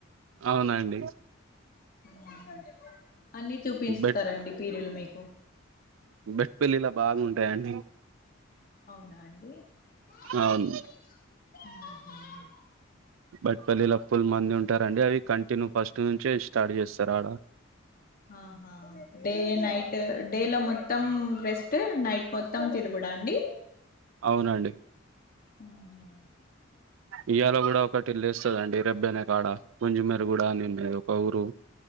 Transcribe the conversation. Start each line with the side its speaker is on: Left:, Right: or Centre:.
Right: అవునండి
Left: మ్ అన్ని చూపిస్తారండి
Right: బెట్
Left: పీరీలు మీకు.
Right: బెక్పెళ్లిళ్ల బాగుంటాయండి
Left: అవునాండి మ్
Right: అవును
Left: మ్.
Right: బట్పల్లిలో ఫుల్ మంది ఉంటారండి, అవి కంటిన్యూ ఫస్ట్ నుంచే స్టార్ట్ చేస్తారాడ.
Left: ఆహా డే నైట్, డే లో మొత్తం రెస్ట్ నై. మొత్తం తిరుగుడాండి
Right: అవునండి
Left: అవునా
Right: ఇయ్యల గూడా ఒకటి లేస్సదండి రెబ్బెనే కాడ పుంజిమేర గుడా నిన్నేదొ. కౌరు